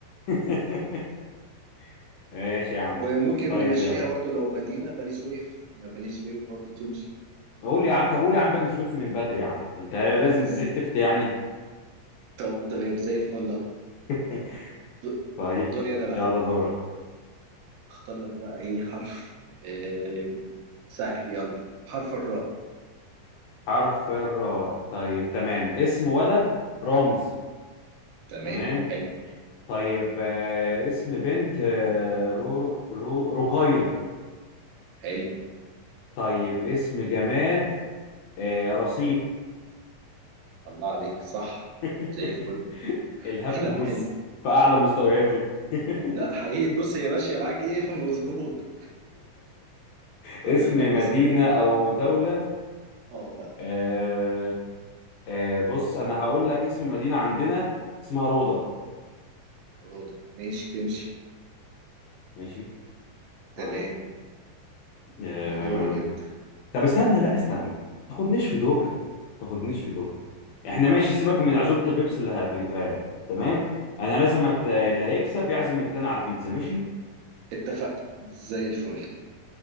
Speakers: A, on the left; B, on the right.
A: <laughs> ماشي يا عم
B: وممكن
A: طيب
B: نمشيها
A: يلا
B: برضو لو مدينة بني سويف ما بني سويف برضو تمشي
A: قول يا عم طب قول يا عم بن سويف من بدري يا عم انت لازم
B: ز-
A: ت- تفتي يعني
B: طب تمام زي الفل اهو
A: <laughs>
B: د-
A: طيب
B: دوري انا
A: يلا
B: بقى
A: دورك
B: اختار لك بقى ايه حرف آه، سهل يلا حرف الراء
A: حرف الراء طيب تمام اسم ولد رامز
B: تمام
A: تمام
B: حلو
A: طيب آه، اسم بنت آه، رو رو رقية
B: حلو
A: طيب اسم جماد آه، رصيف
B: الله عليك صح
A: <laughs>
B: زي الفل
A: الهبد
B: <laughs> لا
A: بص
B: حلو
A: في أعلى مستوياته <laughs>
B: لا حقيقي بص هي ماشية معاك ايه <laughs> مظبوط طب
A: اسم
B: يلا
A: مدينة
B: اسم
A: أو دولة
B: اه بقى
A: آه، آه، بص أنا هقول لك اسم مدينة عندنا اسمها روضة
B: رضا ماشي تمشي
A: ماشي
B: تمام
A: طيب آه،
B: دورك انت
A: طب استنى
B: اختار
A: لا استنى تاخدنيش في دوكا تاخدنيش في دوكا احنا ماشي سيبك من عزومة البيبسي اللي هجيبها لك تمام انا لازم أت... اللي هيكسب يعزم التاني على بيتزا ماشي
B: اتفقنا زي الفل